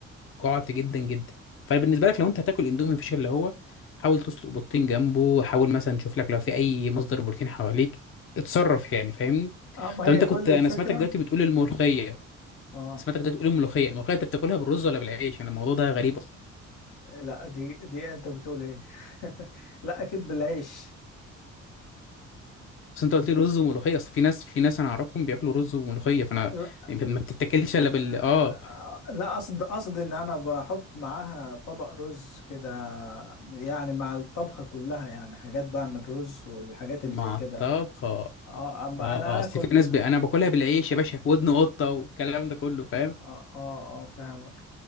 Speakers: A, on the left (about 45°); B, on the left (about 85°).
A: قعدت جدا جدا فبالنسبه لك لو انت هتاكل اندومي فيش اللي هو حاول تسلق بيضتين جنبه حاول مثلا تشوف لك لو في اي مصدر بروتين حواليك اتصرف يعني فاهمني
B: اه ما
A: طب
B: هي
A: انت
B: كل
A: كنت انا
B: الفكره
A: سمعتك دلوقتي بتقول الملوخيه
B: اه
A: سمعتك دلوقتي بتقول الملوخيه الملوخيه انت بتاكلها بالرز ولا بالعيش انا الموضوع ده غريب اصلا
B: لا دي دي انت بتقول ايه <laughs> لا اكيد بالعيش
A: بس انت قلت لي رز وملوخيه اصل في ناس في ناس انا اعرفهم بياكلوا رز وملوخيه فانا
B: لا
A: انت ما بتتاكلش الا بال
B: آه،
A: اه
B: لا قصد قصد ان انا بحط معاها طبق رز كده يعني مع الطبخة كلها يعني حاجات بعمل رز والحاجات
A: مع
B: اللي زي كده
A: الطبخه اه
B: اه اما
A: اه
B: انا
A: اصل
B: اكل
A: في ناس ب... انا باكلها بالعيش يا باشا ودن قطه والكلام ده كله فاهم
B: اه اه اه فاهمك